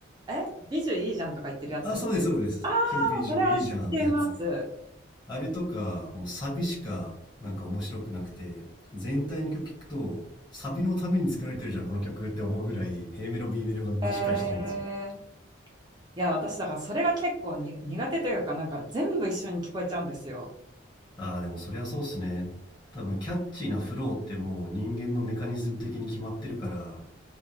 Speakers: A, on the right (about 20°); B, on the left (about 20°).
A: え、美女いいじゃんとか言ってるやつです。
B: あ、そうです、そうです。
A: ああ、
B: 今日ビージュいいじゃんってやつ。
A: それは知ってます。
B: あれとか、もうサビしかなんか面白くなくて、全体の曲聞くと、サビのために作られてるじゃん、この曲って思うぐらい、A メロ、B メロが全然しっかりしてないんですよ。
A: えー、いや、私、だからそれが結構に苦手というか、なんか全部一緒に聞こえちゃうんですよ。
B: ああ、でもそりゃそうっすね。多分、キャッチーなフローってもう人間のメカニズム的に決まってるから、